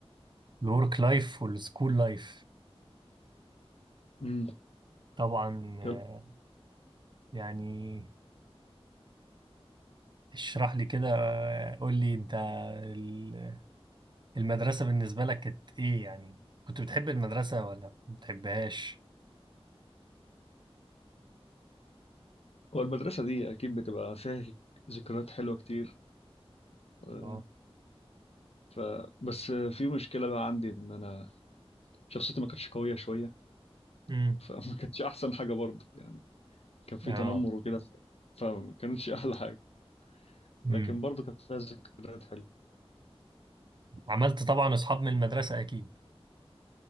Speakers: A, on the right; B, on the left.
A: الورك لايف والسكول لايف
B: امم
A: طبعا آه،
B: يلا
A: يعني اشرح لي كده آه، قول لي انت ال- المدرسة بالنسبة لك كانت ايه يعني كنت بتحب المدرسة ولا ما بتحبهاش
B: هو المدرسة دي أكيد بتبقى فيها ذكريات حلوة كتير آه،
A: اه
B: ف بس آه، في مشكلة بقى عندي إن أنا شخصيتي ما كانتش قوية شوية
A: امم
B: فما <laughs> كانتش أحسن حاجة برضه يعني كان في
A: اه
B: تنمر وكده ف- فما كانتش أحلى حاجة لكن
A: امم
B: برضه كانت فيها ذكريات حلوة
A: عملت طبعا اصحاب من المدرسة اكيد